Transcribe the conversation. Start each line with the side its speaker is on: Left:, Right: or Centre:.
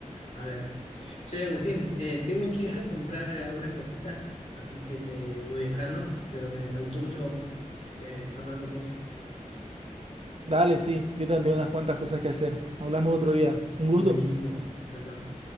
Left: A ver. Che, Agustín, eh, tengo que ir a <laughs> comprar algunas cositas, así que te voy dejando, pero me, me gustó mucho eh, charlar con vos.
Right: Dale, sí, yo también tengo unas cuantas cosas que hacer. Hablamos otro día. Un
Left: Buenísimo.
Right: gusto.
Left: Chao, chao.